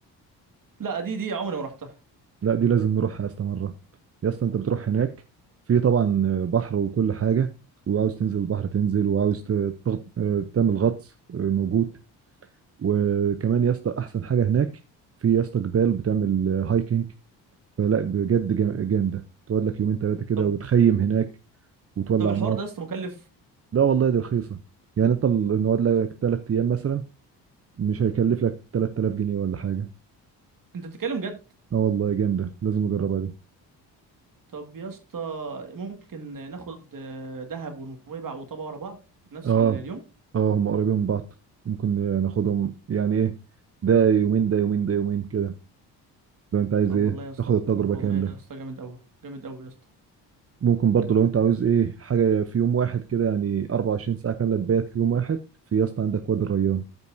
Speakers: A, on the right (about 50°); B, on the right (about 35°).
A: لا دي دي عمري ما رحتها
B: لا دي لازم نروحها يا اسطى مره يا اسطى انت بتروح هناك في طبعا بحر وكل حاجه وعاوز تنزل البحر تنزل وعاوز ت- تغط... آه، تعمل غطس آه، موجود وكمان يا اسطى احسن حاجه هناك في يا اسطى جبال بتعمل آه، هايكنج فلا بجد جا- جامده تقعد لك يومين ثلاثه كده
A: طب
B: وتخيم هناك وتولع
A: طب الحوار
B: نار
A: ده يا اسطى مكلف
B: لا والله دي رخيصة يعني انت ال- نقعد لك تلات ايام مثلا مش هيكلف لك 3000 جنيه ولا حاجة
A: انت بتتكلم جد
B: اه والله جامدة لازم اجربها دي
A: طب يا اسطى ممكن ناخد آه، دهب ونويبع وطابا ورا بعض في نفس
B: اه
A: ال- اليوم
B: اه هم قريبين من بعض ممكن ناخدهم يعني ايه ده يومين ده يومين ده يومين كده لو انت عايز
A: طب
B: ايه
A: والله يا اسطى
B: تاخد التجربة
A: والله
B: كاملة
A: يا اسطى جامد قوي جامد قوي يا اسطى
B: ممكن برضه لو انت عاوز ايه حاجة في يوم واحد كده يعني 24 ساعة كاملة تبات في يوم واحد في يا اسطى عندك وادي الريان